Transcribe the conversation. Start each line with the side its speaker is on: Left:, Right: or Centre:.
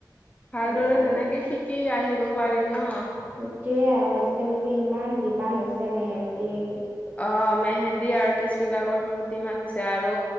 Left: ভালদৰে
Right: আৰু
Left: যেনেকে শিকি আহিব পাৰিম ন।
Right: সেইটোয়ে আৰু আজিকালি যে ইমান ডিমান হৈছে মেহেন্দিৰ।
Left: অ মেহেন্দী আৰ্টিষ্ট বিলাকৰ বহুত ডিমাণ্ড হৈছে আৰু